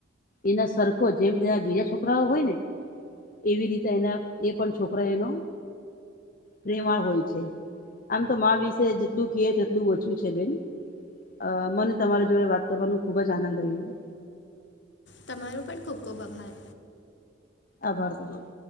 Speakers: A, on the left (about 45°); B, on the left (about 65°).
A: એના સરખોજ જેમ બીજા છોકરાઓ હોય ને. એવી રીતે એના એ પણ છોકરા એનો પ્રેમાળ હોય છે આમ તો મા વિશે જેટલું કિયે તેટલું ઓછું છે બેન. અ મને તમારી જોડે વાત કરવાનું ખુબ જ આનંદ આવ્યો.
B: તમારો પણ ખૂબ ખૂબ આભાર.
A: આભાર તમાંરો.